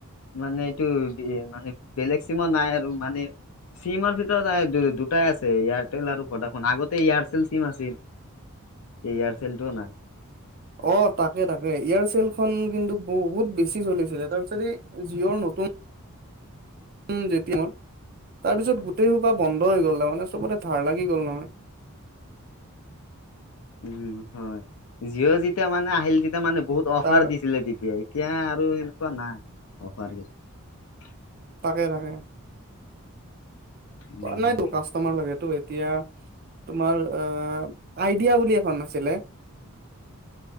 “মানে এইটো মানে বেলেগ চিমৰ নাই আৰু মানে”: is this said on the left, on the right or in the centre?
Left